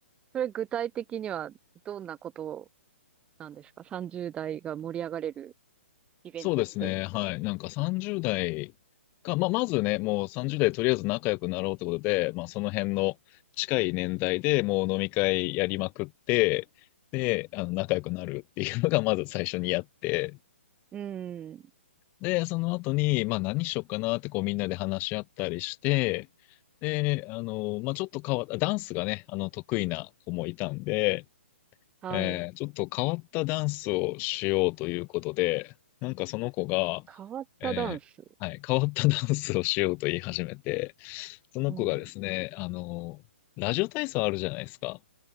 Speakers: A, on the right (about 15°); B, on the left (about 25°).
A: それ具体的にはどんなことなんですか ?30 代が盛り上がれるイベントって。
B: そうですね。はい。なんか30代が、まあ、まずね、もう30代とりあえず仲良くなろうってことで、まあ、その辺の近い年代でもう飲み会やりまくって、で、あの、仲良くなるっていうのが <laughs> まず最初にやって、
A: うん。
B: で、その後に、まあ、何しよっかなってこうみんなで話し合ったりして、で、あの、まあ、ちょっと変わった、ダンスがね、あの、得意な子もいたんで、
A: はい。
B: えーちょっと変わったダンスをしようということで、なんかその子が、
A: 変わったダンス。
B: えーはい、変わったダンスをしようと言い始めて、その子がですね、
A: うん。
B: あの、ラジオ体操あるじゃないですか。